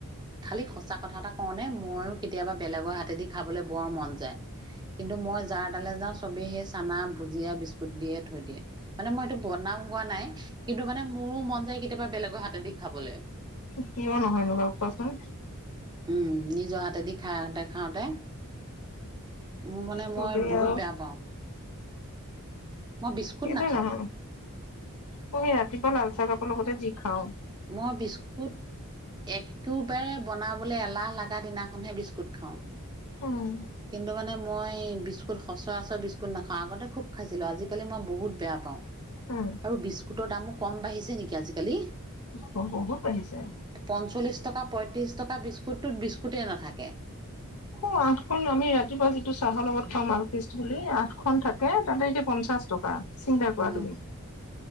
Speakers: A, on the right (about 20°); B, on the left (about 75°).
A: খালি সঁচা কথা এটা কওঁনে ময়ো কেতিয়াবা বেলেগৰ হাতেদি খাবলৈ বৰ মন যায়। কিন্তু মই যাৰ এ তালে যাওঁ চবেই সেই চানা ভুজিয়া বিস্কুট দিয়ে থৈ দিয়ে মানে মই এইটো বনাম। গোৱা নাই কিন্তু মানে মোৰো মন যায় কেতিয়াবা বেলেগৰ হাতে দি খাবলৈ।
B: কিয় নহয়োব কোৱাচোন
A: উম নিজৰ হাতেদি খাতে খাওঁতে। মোৰ মানে
B: চবেই
A: মই বহুত
B: আৰু
A: বেয়া পাওঁ। মই বিস্কুট
B: সেইটোই
A: নাখাওঁ
B: নহয় পু সি ৰাতিপুৱা লালচাহ কাপোৰ লগতে যি খাও।
A: মই বিস্কুট একেবাৰে বন। বোলে এলাহ লগা দিনাখনহে বিস্কুট খাওঁ।
B: উম।
A: কিন্তু মানে মই বিস্কুট সচৰাচৰ বিস্কুট নাখাওঁ আগতে খুব খাইছিলো আজিকালি মই বহুত বেয়া পাওঁ।
B: উম
A: আৰু বিস্কুটৰ দামো কম বাঢ়িছে নেকি আজিকালি
B: হ হ পাইচায়
A: পঞ্চল্লিশ টকা পঁয়ত্ৰিছ টকা বিস্কুটটোত বিস্কুটেই নাথাকে
B: অঁ আঠখন আমি ৰাতিপুৱা যিটো চাহৰ লগত খাওঁ মালকৃষ্ট বুলি আঠখনন থাকে তাতে এতিয়া পঞ্চাশ টকা চিন্তাৰ কৰা
A: উম
B: তুমি